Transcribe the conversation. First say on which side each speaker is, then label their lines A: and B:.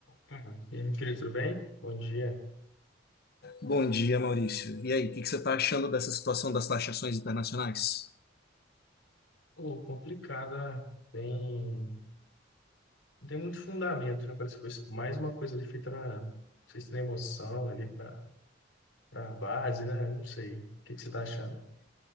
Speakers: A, on the left; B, on the left.
A: Ah, e aí, meu querido, tudo bem? Bom dia.
B: Bom dia, Maurício. E aí, o que que você está achando dessa situação das taxações internacionais?
A: Pô, complicado, né? Tem... Não tem muito fundamento, né? Parece coisa... mais uma coisa ali feita na... Não sei se tem emoção ali pra, pra base, né? Não sei. O que que você tá achando?